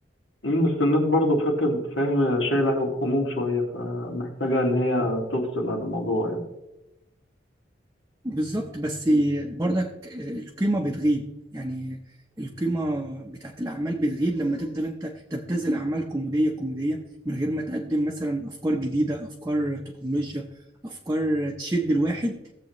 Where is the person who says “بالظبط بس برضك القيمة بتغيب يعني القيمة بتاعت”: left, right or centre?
Right